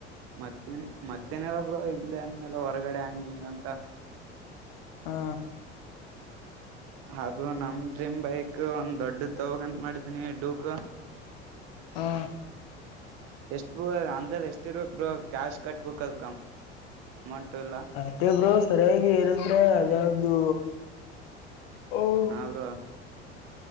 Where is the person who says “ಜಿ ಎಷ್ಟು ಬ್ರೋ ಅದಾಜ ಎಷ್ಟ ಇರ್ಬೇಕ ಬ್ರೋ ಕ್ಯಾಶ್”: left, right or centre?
Right